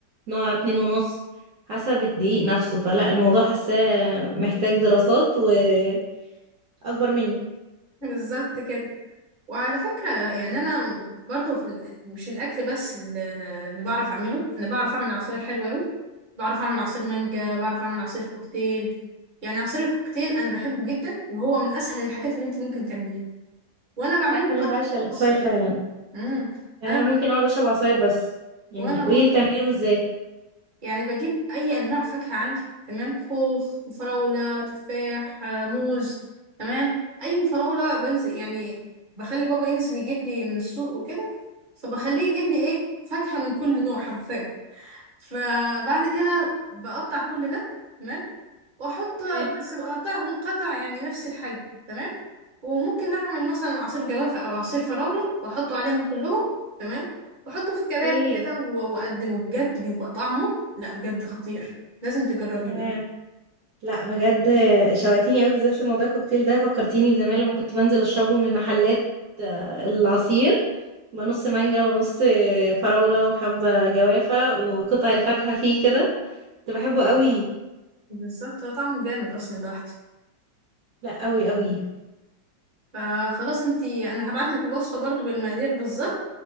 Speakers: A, on the right; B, on the right.
A: نوع اتنين ونص حسب الدقيق نفسه فلا الموضوع حاساه محتاج دراسات واكبر مني
B: بالظبط كده وعلى فكرة يعني أنا برضو في ال... مش الأكل بس ال- اللي بعرف أعمله أنا بعرف أعمل عصاير حلوة أوي بعرف أعمل عصير مانجا بعرف أعمل عصير كوكتيل يعني عصير الكوكتيل أنا بحبه جدا وهو من أسهل الحاجات اللي أنت ممكن تعمليها وأنا بعمله
A: انت عارفة
B: بطريقتي
A: إن انا بعشق العصاير
B: الخاصة
A: فعلا
B: امم
A: يعني
B: أنا
A: انا ممكن اقعد اشرب عصاير بس يعني
B: وأنا
A: قولي
B: برضو
A: لي بتعمليهم ازاي
B: يعني بجيب أي أنواع فاكهة عندي تمام خوخ فراولة تفاح آه، موز تمام أي فراولة بنزل يعني بخلي بابا ينزل يجيب لي من السوق وكده فبخليه يجيب لي إيه فاكهة من كل نوع حرفيا فبعد كده بقطع كل ده تمام واحط
A: تمام
B: بس بقطعهم قطع يعني نفس الحجم تمام وممكن اعمل مثلا عصير جوافة او عصير فراولة واحطه عليهم كلهم تمام واحطه في
A: اوكي
B: كباب كده و- واقدمه بجد بيبقى طعمه لا بجد خطير لازم تجربيه
A: ياه
B: بقى
A: لا بجد شوقتيني قوي بالذات لموضوع الكوكتيل ده فكرتيني بزمان لما كنت بنزل اشربه من المحلات آه، العصير بقى نص مانجا ونص فراولة وحبة جوافة وقطع الفاكهة فيه كده كنت بحبه قوي
B: بالظبط هو طعمه جامد اصلا بحت
A: لا قوي قوي
B: فخلاص انتي انا هبعتلك الوصفة برضو بالمقادير بالظبط